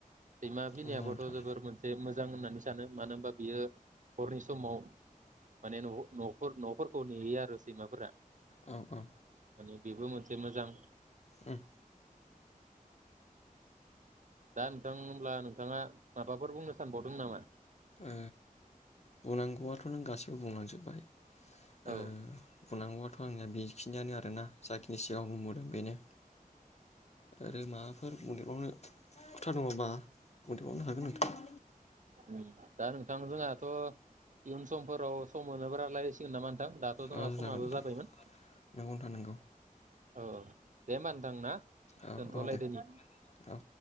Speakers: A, on the right; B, on the left.
A: सैमा फिनायाबोथ'
B: नंगौ नोंथां
A: जोबोर मोनसे मोजां होननानै सानो मानो होनबा बियो हरनि समाव माने न' नफो- न'फोर खौ नेयो आरो सैमाफोरा।
B: औ औ
A: माने बेबो मोनसे मोजां
B: उम
A: दा नोंथां होनब्ला नोंथाङा माबाफोर बुंनो सानबावदों नामा?
B: ओ बुंनांगौआथ' नों गासिबो बुंलांजोबबाय। ओ
A: औ
B: बुंनांगौआथ' आंनिया बेखिनियानो आरोना जाखिनि सिगाङाव बुंबोदों बेनो आरो माबाफोर बुंदेरबावनो खोथा दङबा बुंदेरबावनो हागोन नोंथाङा।
A: ओम दा जोंहाथ' इयुन समफोराव सम मोनोबा रायलायसिगोन नामा नोंथां दाथ' जोंहा
B: औ
A: समाबो
B: जागोन नोंथां
A: जाबायमोन <inaudible>
B: नंगौ नोंथां नंगौ
A: औ दे होनबा नोंथां ना।
B: औ
A: दोनथ'लायदोनि
B: औ दे औ